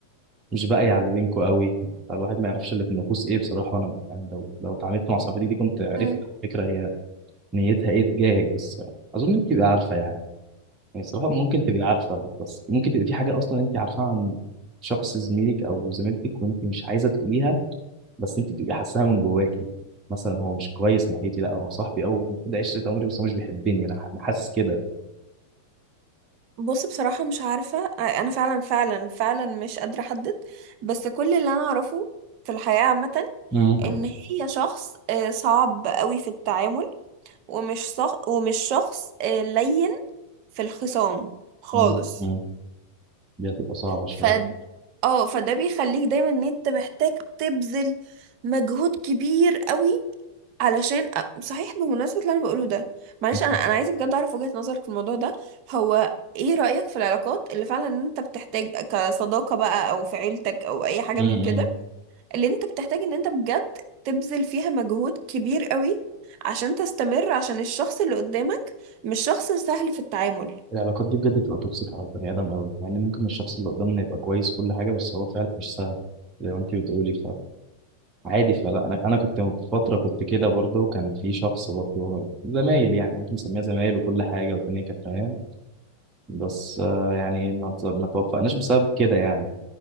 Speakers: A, on the right; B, on the right.
A: مش باقي على اللي بينكوا قوي فالواحد ما يعرفش اللي في النفوس ايه بصراحه انا يعني لو لو اتعاملت مع صاحبتي دي كنت عرفت
B: مم.
A: على فكره هي نيتها ايه تجاهك بس يعني اظن انت تبقي عارفه يعني يعني صراحه ممكن تبقي عارفه بس ممكن تبقى في حاجه اصلا انت عارفاها عن شخص زميلك او زميلتك وانت مش عايزه تقوليها بس انت بتبقي حاساها من جواكي مثلا هو مش كويس ناحيتي لا هو صاحبي او المفروض عشره عمري بس هو مش بيحبني انا ح- أنا حاسس كده
B: بص بصراحة مش عارفة أنا فعلا فعلا فعلا مش قادرة أحدد بس كل اللي أنا أعرفه في الحياة عامة
A: مم.
B: إن هي شخص آه، صعب قوي في التعامل ومش صخ ومش شخص آه، لين في الخصام خالص
A: مم. مم. دي هتبقى صعبه شويه
B: ف اه فده بيخليك دايما ان انت محتاج تبذل مجهود كبير قوي علشان أ- صحيح بمناسبة اللي انا بقوله ده معلش
A: مم.
B: انا انا عايزه بجد اعرف وجهة نظرك في الموضوع ده هو ايه رأيك في العلاقات اللي فعلا انت بتحتاج كصداقة بقى او في عيلتك او اي حاجة
A: مم.
B: من كده اللي انت بتحتاج ان انت بجد تبذل فيها مجهود كبير قوي عشان تستمر عشان الشخص اللي قدامك مش شخص سهل في التعامل
A: العلاقات دي بجد بتبقى توكسيك على البني ادم قوي مع ان ممكن الشخص اللي قدامنا يبقى كويس كل حاجه بس هو فعلا مش سهل زي ما انت بتقولي فعادي فلا انا انا كنت في فتره كنت كده برضه كان في شخص برضه زمايل يعني ممكن نسميها زمايل وكل حاجه والدنيا كانت تمام بس آه، يعني ما ت- ما توفقناش بسبب كده يعني